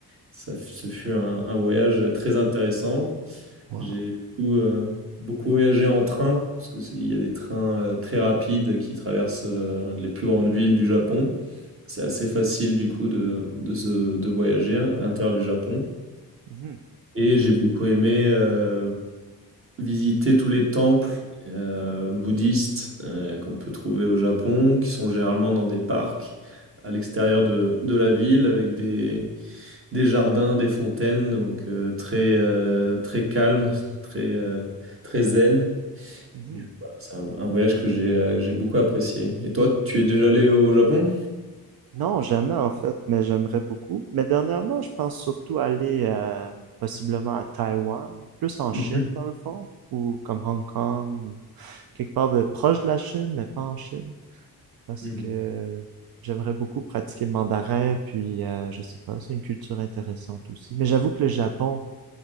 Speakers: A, on the right (about 35°); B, on the right (about 70°).
A: ça, f- ce fut un un voyage très intéressant.
B: Wow.
A: J'ai du coup, euh, beaucoup voyagé en train, parce que c'est- il y a des trains euh, très rapides qui traversent euh, les plus grandes villes du Japon. C'est assez facile du coup de, de, se- de voyager à l'intérieur du Japon.
B: Mhm,
A: Et j'ai beaucoup aimé euh, visiter tous les temples euh, bouddhistes euh, qu'on peut trouver au Japon, qui sont généralement dans des parcs à l'extérieur de, de la ville, avec des, des jardins, des fontaines, donc euh, très, euh, très calme, très, euh, très zen.
B: mhm.
A: Du coup, voilà, c'est un, un voyage que j'ai euh, que j'ai beaucoup apprécié. Et toi, tu es déjà allé au Japon?
B: Non, jamais en fait, mais j'aimerais beaucoup. Mais dernièrement, je pense surtout aller euh, possiblement à Taïwan, plus en
A: Mhm,
B: Chine dans le fond, ou comme Hong Kong, ou quelque part de proche de la Chine, mais pas en Chine. parce
A: mhm,
B: que j'aimerais beaucoup pratiquer le mandarin, puis euh, je sais pas, c'est une culture intéressante aussi. Mais j'avoue que le Japon,